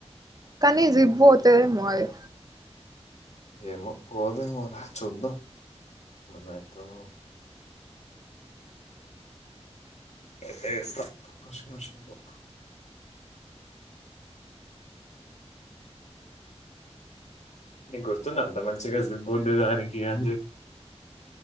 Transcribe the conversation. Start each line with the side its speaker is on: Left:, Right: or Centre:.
Right: కానీ జిప్ బోతదేమో ఆది
Left: ఏమో పోదేమోలే చూద్దాం ఏమైతడో ఐతే ఎస్తా వాషింగ్ మీషన్ అబ నీకు గుర్తుందా అంత మంచిగా జిప్ఉంది దానికి అని చెి